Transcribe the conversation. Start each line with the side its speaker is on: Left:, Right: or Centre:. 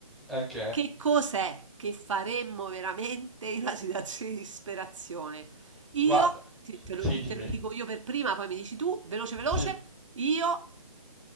Centre: ok.
Right: che cos'è che faremmo veramente in una situazione di disperazione, io,
Centre: Guarda,
Right: ti- te
Centre: sì,
Right: lo, di-
Centre: dimmi.
Right: te lo dico io per prima, poi mi dici tu, veloce veloce,
Centre: Sì.
Right: io